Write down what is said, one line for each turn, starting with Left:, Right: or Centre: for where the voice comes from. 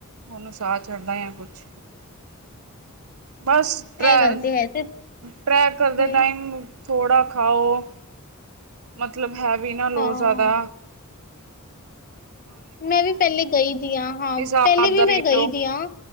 Right: ਉਹਨੂੰ ਸਾਾਹ ਚੜਦਾ ਆ ਕੁਛ ਬਸ ਡਰੈ
Left: ਇਹ ਗੱਲ ਤੇ ਹੈ ਤੇ
Right: ਟਰੈਕ ਕਰਦੇ
Left: ਹਮ
Right: ਟਾਈਮ। ਥੋੜਾ ਖਾਓ। ਮਤਲਬ। ਖਾ ਵੀ ਨਾ ਲੋ
Left: ਹਾਂ
Right: ਜ਼ਿਆਦਾ।
Left: ਮੈਂ ਵੀ ਪਹਿਲੇ ਗਈ ਤੇ ਹਾਂ। ਹਾਂ
Right: ਹਿਸਾਬ
Left: ਪਹਿਲੇ ਵੀ
Right: ਦਾ
Left: ਮੈਂ
Right: ਪੀਓ
Left: ਗਈ ਜੈ ਹਾਂ।